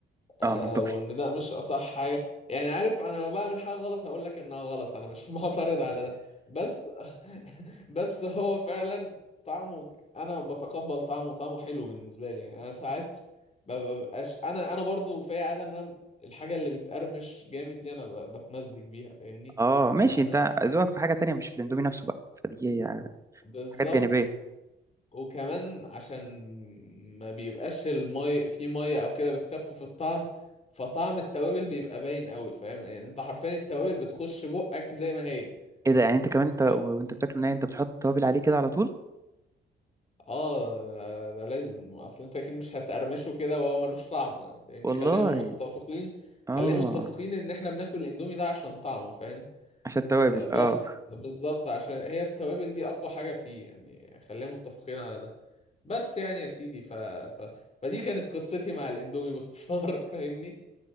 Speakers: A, on the left (about 35°); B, on the right (about 15°).
A: آه
B: اه منطقي
A: وان ده مش اصح حاجه يعني عارف انا لما بعمل حاجه غلط هقول لك انها غلط انا مش <laughs> معترض على ده بس <laughs> بس هو فعلا طعمه انا بتقبل طعمه طعمه حلو بالنسبه لي يعني انا ساعات ما ببقاش انا انا برضو في عاده ان انا الحاجه اللي بتقرمش جامد دي انا ب- بتمزج بيها فاهمني
B: اه ماشي
A: يعني
B: انت
A: أنا-
B: ذوقك في حاجه تانية مش في الاندومي نفسه بقى فدي يعني
A: بالظبط
B: حاجات جانبيه
A: وكمان عشان ما بيبقاش المي في ميه او كده بتخفف الطعم فطعم التوابل بيبقى باين قوي فاهم يعني انت حرفيا التوابل بتخش بقك زي ما هي
B: ايه ده يعني انت كمان انت
A: ف
B: وانت بتاكله ناي انت بتحط توابل عليه كده على طول
A: اه ده, ده لازم اصل انت اكيد مش هتقرمشه كده وهو ملوش طعم يعني فاهمني
B: والله
A: خلينا متفقين
B: اه
A: خلينا متفقين ان احنا بناكل الاندومي ده عشان طعمه فاهم
B: عشان التوابل
A: بس
B: اه
A: بالظبط عشان هي التوابل دي اقوى حاجة فيه يعني خلينا متفقين على ده بس يعني يا سيدي ف... ف... فدي كانت قصتي مع الاندومي باختصار <laughs> فاهمني